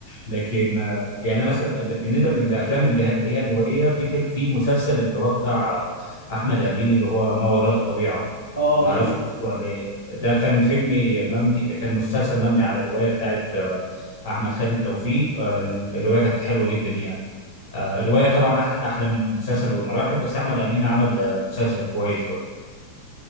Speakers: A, on the left (about 70°); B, on the right (about 85°).
A: لكن آه، يعني انا مثلا بالنسبه للافلام اللي ه- اللي هي الروائيه في فيلم في مسلسل اللي هو بتاع آه، احمد امين اللي هو ما وراء الطبيعه
B: اه
A: ما
B: ده
A: اعرفش
B: شفته
A: شفته ولا ايه ده كان فيلم مبني ده كان مسلسل مبني على روايه بتاعت آه، احمد خالد توفيق آه، الروايه كانت حلوه جدا يعني آه، الروايه طبعا أح- احلى من المسلسل بمراحل بس احمد امين عمل آه، مسلسل كويس برضه